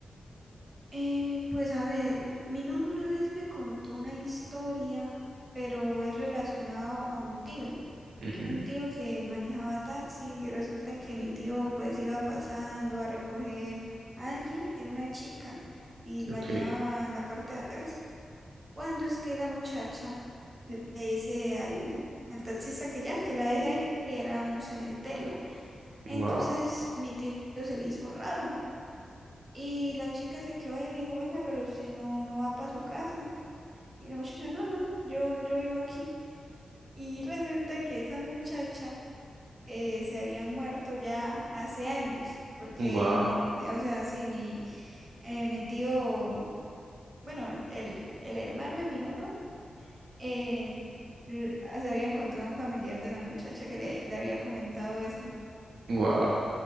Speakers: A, on the right; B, on the right.
A: Eh, pues a ver, mi nona una vez me contó una historia, pero es relacionado a un tío.
B: Ujú,
A: un tío que manejaba taxi y resulta que mi tío pues iba pasando a recoger a alguien, era una chica y la
B: Ok.
A: llevaba en la parte de atrás. Cuando es que la muchacha le le dice al, al taxista que ya, que la deje ahí y era un cementerio. Entonces
B: Wow.
A: mi tío se le hizo raro y la chica se quedó ahí y le dijo, venga, pero usted no, no va para su casa. Y la muchacha, no, no, yo, yo vivo aquí. Y resulta que esa muchacha eh, se había muerto ya hace años, porque
B: Wow.
A: mi, o sea, sí, mi, eh, mi tío, bueno, el, el hermano de mi nono, eh, l- se había encontrado un familiar de la muchacha que le, le había comentado eso.
B: Wow.